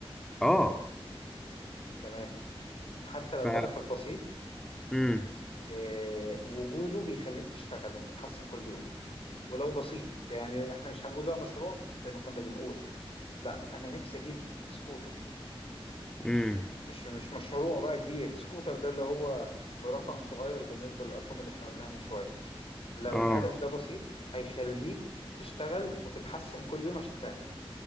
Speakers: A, in the centre; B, on the left.
A: اه
B: تمام حتى لو
A: ف
B: هدفك بسيط
A: امم
B: آه، وجوده بيخليك تشتغل وتتحسن كل يوم ولو بسيط يعني احنا مش هنقول بقى مشروع زي ما كنا بنقول لا انا نفسي اجيب سكوتر
A: امم
B: مش مش مشروع بقى كبير سكوتر ده اللي هو برقم صغير بالنسبة للأرقام اللي احنا قلناها من شوية لو
A: اه
B: الهدف ده بسيط هيخليك تشتغل وتتحسن كل يوم عشان تعمله